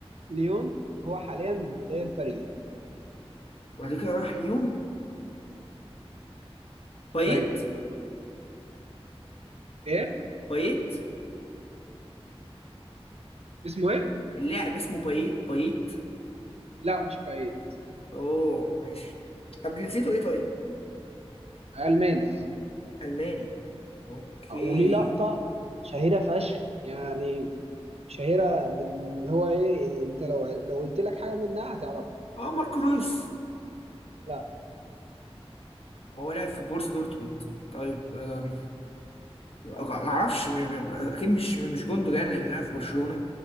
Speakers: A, on the right (about 75°); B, on the left (about 70°).
A: ليون هو حاليا من غير فريق
B: وبعد كده راح ليون بايت
A: ايوه ايه
B: بايت
A: اسمه ايه؟
B: اللاعب اسمه بايت بايت
A: لا مش بايت
B: اوه ماشي طب جنسيته ايه طيب
A: الماني
B: الماني اوكي
A: وليه لقطة شهيرة فشخ يعني شهيرة من اللي هو ايه يعني انت لو لو قلت لك حاجة منها هتعرفها
B: اه ماركو رويس
A: لا
B: هو لعب في بورسا دورتموند طيب آم، ما اعرفش م- م- اكيد مش مش جوندوجان لان لعب في برشلونة